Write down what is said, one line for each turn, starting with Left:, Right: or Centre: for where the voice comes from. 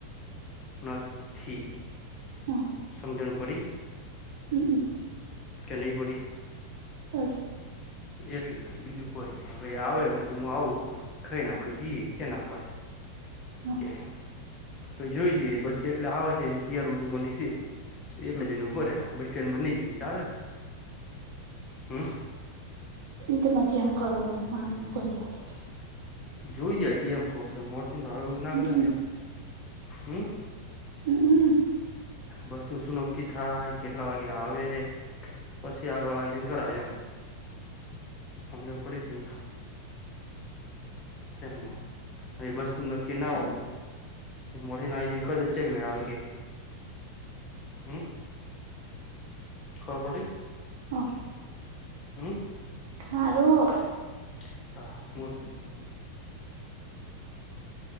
Left: નથી
Right: હો
Left: સમજણ પડી.
Right: હમ
Left: કે નહીં પડી.
Right: પડી
Left: એટલે, બીજું કોઈ નઈ. હવે આવે પછી હું આવું, ખાઈ ને આપડે જઈએ એના પાડી.
Right: હો
Left: કે જોઈ લઈએ, બસ એટલે આવે છે. ચીય રોટ ઉપર છે. એટલે જઈને ઊભો રે બસ સ્ટેન્ડમાં, નઈ જઈએ, ચાલે ને? હું.
Right: એ તો પછી આમ કરવું પડે.
Left: જોઈ જજે, એમ કશ મોડથીને ધારું ના
Right: હમ
Left: કરે
Right: હમ
Left: ને, એમ. હમ.
Right: હમ હમ
Left: બસ નું શું નક્કી થાય? કેટલા વાગે આવે? પછી આગળ આજ કરાય, એમ સમજ પડી જ નહીં. તેમ, હ, બસતું નક્કી ના હો. મો ના આવી છે ખચચે મેળ આવે કે હમ <unintelligible> ખબર પડી.
Right: હો
Left: <unintelligible>
Right: હારું.
Left: <unintelligible>